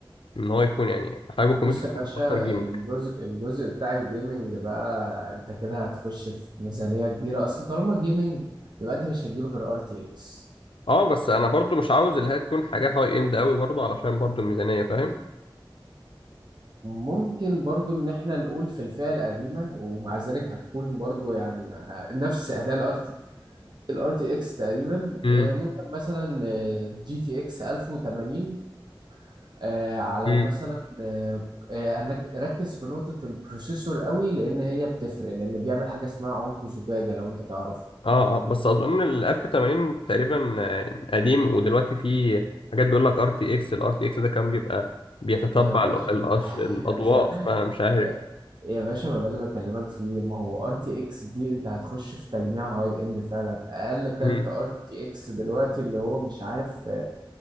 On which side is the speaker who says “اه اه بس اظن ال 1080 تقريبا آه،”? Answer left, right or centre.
Left